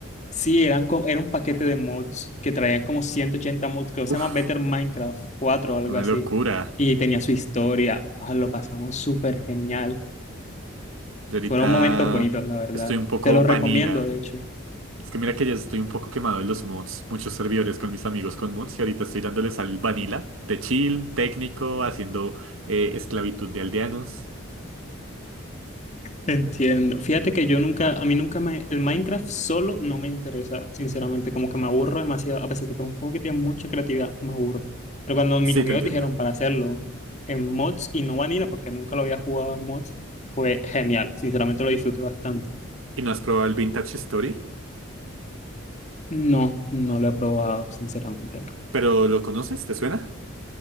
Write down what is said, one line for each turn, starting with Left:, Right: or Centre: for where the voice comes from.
Left: Sí, eran co- era un paquete de mods que traían como 180 mods, creo que
Right: Uf.
Left: se llama Better Minecraft 4 o algo
Right: Una
Left: así.
Right: locura.
Left: Y tenía su historia. Ah, lo pasamos súper genial.
Right: Yo ahorita
Left: Fueron momentos bonitos, la verdad.
Right: estoy un poco
Left: Te los
Right: vanilla.
Left: recomiendo, de hecho.
Right: Es que mira que ya estoy un poco quemado de los mods. Muchos servidores con mis amigos con mods y ahorita estoy dándoles al vanilla de chill, técnico, haciendo eh, esclavitud de aldeanos.
Left: Entiendo. Fíjate que yo nunca, a mí nunca me, el Minecraft solo no me interesa, sinceramente, como que me aburro demasiado, a pesar de que es un juego que tiene mucha creatividad, me aburro. Pero cuando mis
Right: Sí,
Left: amigos
Right: te entiendo.
Left: dijeron para hacerlo en mods y no vanilla, porque nunca lo había jugado en mods, fue genial, sinceramente lo disfruté bastante.
Right: ¿Y no has probado el Vintage Story?
Left: No, no lo he probado, sinceramente no.
Right: ¿Pero lo conoces? ¿Te suena?